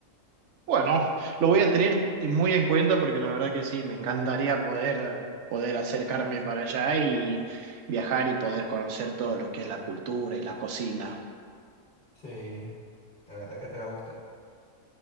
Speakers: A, on the right (about 65°); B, on the left (about 40°).
A: Bueno, lo voy a tener muy en cuenta porque la verdad que sí, me encantaría poder, poder acercarme para allá y viajar y poder conocer todo lo que es la cultura y la cocina.
B: Sí, de verdad que te va a gustar.